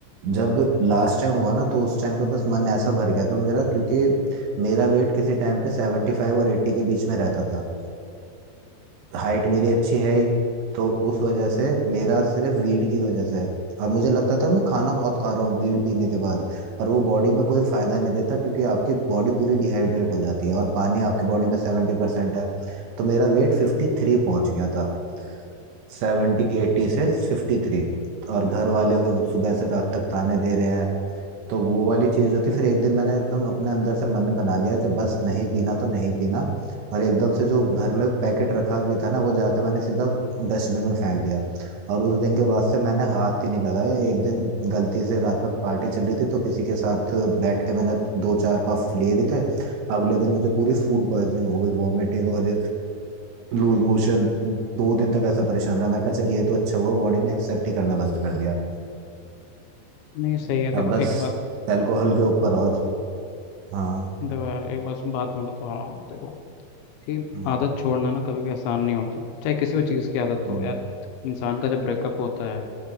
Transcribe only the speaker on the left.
नहीं सही है देखो
एक बात
देखो यार एक बस बात मैं बता रहा हूँ देखो कि
आदत छोड़ना ना कभी भी आसान नहीं होता चाहे किसी भी चीज़ की आदत
हो यार इंसान का जब ब्रेकअप होता है